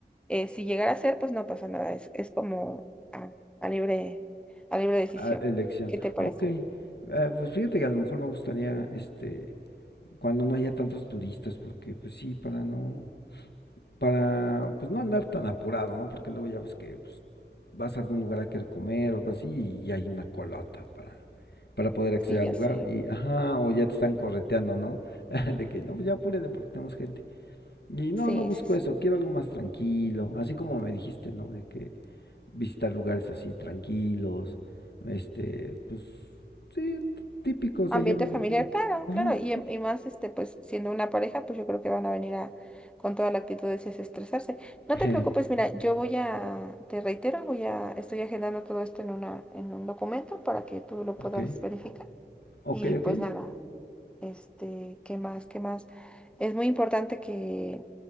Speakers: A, in the centre; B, on the left.
A: eh, si llegara a ser, pues no pasa nada, es, es como a, a libre, a libre decisión.
B: Ah, elección.
A: ¿Qué te parece?
B: Ah, ok. Eh, pues fíjate que a lo mejor me gustaría, este, cuando no haya tantos turistas, porque pues sí, para no... para pues no andar tan apurado, ¿no? Porque luego ya ves que pues, vas a algún lugar a querer comer o algo así y hay una colota para para poder acceder
A: Sí,
B: al
A: ya
B: lugar
A: sé.
B: y ajá, o ya te están correteando, ¿no? <laughs> De que no, pues ya apúrele porque tenemos gente. Y no,
A: Sí,
B: no busco
A: sí, sí.
B: eso, quiero algo más tranquilo, así como me dijiste, ¿no? De que visitar lugares así tranquilos, este, pues sí, típicos
A: Ambiente
B: de allá de
A: familiar,
B: la ciudad.
A: claro,
B: Ajá,
A: claro. Y,
B: sí.
A: em- y más, este, pues siendo una pareja, pues yo creo que van a venir a, con toda la actitud de desestresarse. No
B: <laughs>
A: te preocupes, mira, yo voy a, te reitero, voy a, estoy agendando todo esto en una, en un documento para que tú lo
B: Ok,
A: puedas verificar.
B: ok,
A: Y pues
B: ok.
A: nada, este, ¿qué más? ¿Qué más? Es muy importante que,